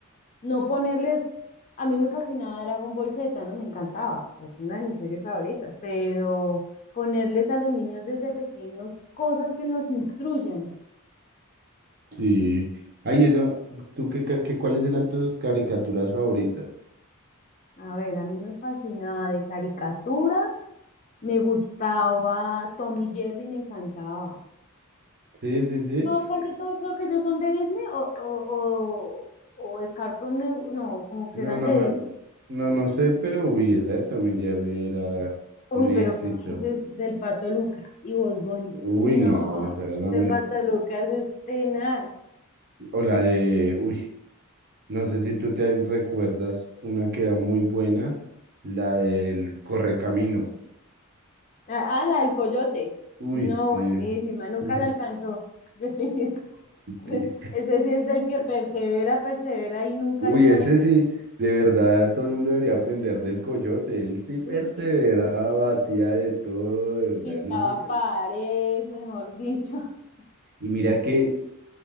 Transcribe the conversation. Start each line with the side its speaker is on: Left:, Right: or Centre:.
Left: No ponerles, a mí me fascinaba Dragon Ball Z, ¿no? Me encantaba, es una de mis series favoritas, pero ponerles a los niños desde pequeños cosas que los instruyan.
Right: Sí. Ay, eso, ¿tú qué, qué, qué- cuáles eran tus caricaturas favoritas?
Left: A ver, a mí me fascinaba de caricatura, me gustaba Tom y Jerry, me encantaba.
Right: Sí, sí, sí.
Left: Todo, casi todo creo que ellos son de Disney o, o, o, o de Cartoon Network, no, como
Right: No,
Left: que eran
Right: no,
Left: de
Right: me-
Left: Disney.
Right: no, no sé, pero uy, esa de Tommy Jerry era
Left: Uy,
Right: un éxito.
Left: pero ¿qué me dices del Pato Lucas y Bugs Bunny?
Right: Uy,
Left: No,
Right: no, esa era la
Left: este
Right: mejor.
Left: Pato Lucas es tenaz.
Right: O la de, uy, No sé si tú te recuerdas una que era muy buena, la del Correcaminos.
Left: Ah, la del coyote.
Right: Uy,
Left: No,
Right: sí.
Left: buenísima, nunca
Right: <laughs>
Left: la alcanzó. <laughs>
Right: Sí.
Left: Ese sí es del que persevera, persevera y nunca
Right: Uy,
Left: alcanza.
Right: ese sí, de verdad todo el mundo debería aprender del Coyote. Él sí perseveraba,
Left: Uy,
Right: hacía de todo, de verdad,
Left: pintaba
Right: él no se cansó.
Left: paredes, mejor dicho. <laughs>
Right: Y mira que,